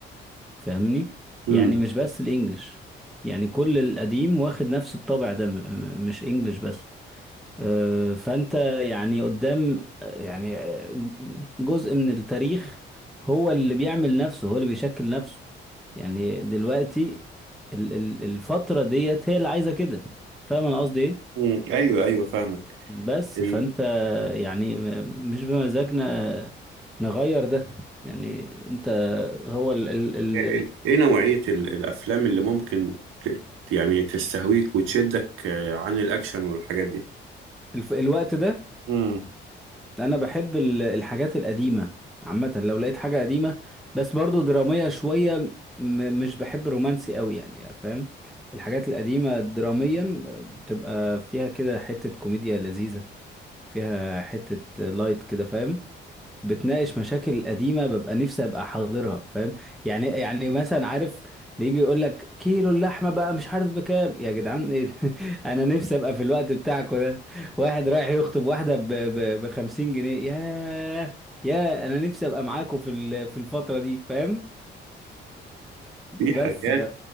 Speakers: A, in the centre; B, on the right (about 85°).
A: فاهمني
B: مم.
A: يعني مش بس الانجليش يعني كل القديم واخد نفس الطابع ده م- م- مش انجليش بس آه، فانت يعني قدام آه، يعني آه، جزء من التاريخ هو اللي بيعمل نفسه هو اللي بيشكل نفسه يعني دلوقتي ال- ال- الفترة ديت هي اللي عايزة كده فاهم انا قصدي ايه
B: مم. ايوه ايوه فاهمك
A: بس
B: ال...
A: فانت يعني م- مش بمزاجنا نغير ده يعني انت هو ال ال ال
B: ايه إيه، إيه نوعية ال- الافلام اللي ممكن ت... يعني تستهويك وتشدك آه، عن الاكشن والحاجات دي
A: الف- الوقت ده
B: مم.
A: انا بحب ال- الحاجات القديمه عامه لو لقيت حاجه قديمه بس برضو دراميه شويه م- مش بحب رومانسي قوي يعني فاهم الحاجات القديمه دراميا آه، بتبقى فيها كده حته كوميديا لذيذه فيها حته لايت كده فاهم بتناقش مشاكل قديمه ببقى نفسي ابقى حاضرها فاهم يعني يعني مثلا عارف اللي يجي يقول لك كيلو اللحمه بقى مش عارف بكام يا جدعان ايه ده؟ <laughs> انا نفسي ابقى في الوقت بتاعكم ده واحد رايح يخطب واحده ب ب 50 جنيه يا يا انا نفسي ابقى معاكم في ال- في الفتره دي فاهم بس
B: في حاجات
A: ف